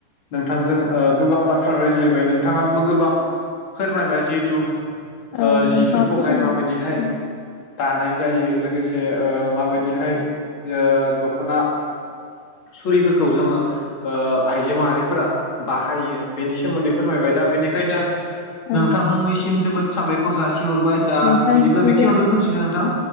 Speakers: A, on the left; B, on the left.
A: नोंथांजों ओ गोबां बाथ्रा रायज्लायबाय नोंथाङाबो गोबां। फोरमायबाय जिहेतु
B: औ
A: ओ
B: औ नोंथाङा
A: जिफोरखौहाय
B: फोरमायबाय
A: माबायदिहाय
B: औ
A: दानाय जायो लोगोसे ओ माबायदिहाय ओ दख'ना सुरिफोरखौ जोङो ओ आइजो माहारिफोरा बाहायो बेनि सोमोन्दै फोरमायबाय दा बेनिखायनो
B: औ
A: नोंथांनिसिम जोबोद साबायखर जासिहरबाय। दा
B: नोंथांनिसिमबो
A: बिदिब्ला बेखियाव दोनथ'सैना नोंथां